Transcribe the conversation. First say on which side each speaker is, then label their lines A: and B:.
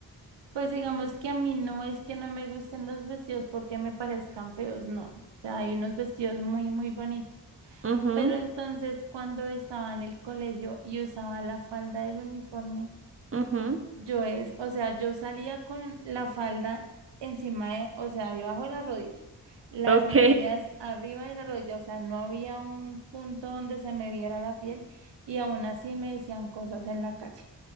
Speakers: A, on the right (about 80°); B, on the right (about 30°).
A: Pues digamos que a mí no es que no me gusten los vestidos porque me parezcan feos, no. O sea, hay unos vestidos muy, muy bonitos.
B: Ujú,
A: Pero entonces cuando estaba en el colegio y usaba la falda del uniforme,
B: ujú.
A: yo es, o sea, yo salía con la falda encima de, o sea, debajo de la rodilla, las
B: Ok,
A: medias arriba de la rodilla, o sea, no había un punto donde se me viera la piel y aún así me decían cosas en la calle.